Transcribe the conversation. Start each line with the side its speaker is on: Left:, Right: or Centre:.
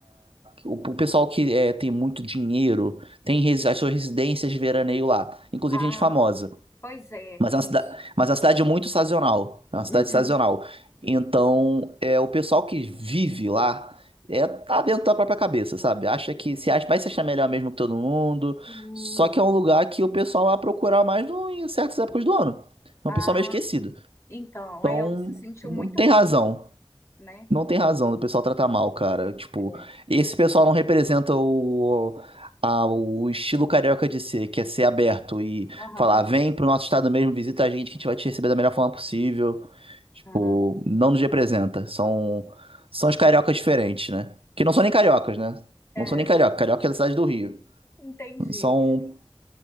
Right: O o pessoal que é, tem muito dinheiro tem resi- as suas residências de veraneio lá, inclusive
Left: Ah,
Right: gente famosa.
Left: pois é,
Right: Mas
Left: é
Right: é uma cida-
Left: isso.
Right: mas é uma cidade muito sazonal. É uma cidade
Left: Uhum.
Right: sazonal. Então, é, o pessoal que vive lá é, tá dentro da própria cabeça, sabe? Acha que se acha, vai se achar melhor mesmo que todo mundo.
Left: Hum,
Right: Só que é um lugar que o pessoal vai procurar mais no- em certas épocas do ano. É
Left: Ah,
Right: um pessoal meio esquecido.
Left: então,
Right: Então,
Left: ela se sentiu
Right: não
Left: muito
Right: tem
Left: mal,
Right: razão.
Left: né?
Right: Não tem razão do pessoal tratar mal, cara. Tipo,
Left: É,
Right: esse pessoal não representa o, a- o estilo carioca de ser, que é ser aberto e
Left: aham,
Right: falar, vem pro nosso estado mesmo, visita a gente, que a gente vai te receber da melhor forma possível.
Left: ah,
Right: Tipo, não nos representa. São, são os cariocas diferentes, né? Que não são nem cariocas, né?
Left: é,
Right: Não são nem carioca. Carioca é da cidade do Rio.
Left: entendi.
Right: São,